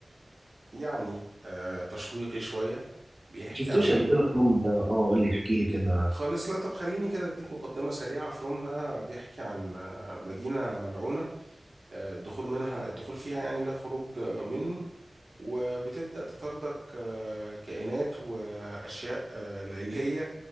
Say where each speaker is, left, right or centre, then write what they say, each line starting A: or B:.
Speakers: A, on the right (about 60°); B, on the right (about 25°).
A: يعني آه، تشويقي شوية بيحكي
B: شفتوش
A: عن
B: قبل كده في فيلم اه قول لي احكي لي كده
A: خالص لا طب خليني كده اديك مقدمة سريعة فروم ده بيحكي عن آه، مدينة ملعونة آه، الدخول منها الدخول فيها يعني لا خروج آه، منه وبتبدأ تطاردك آه، كائنات وأشياء آه، ليلية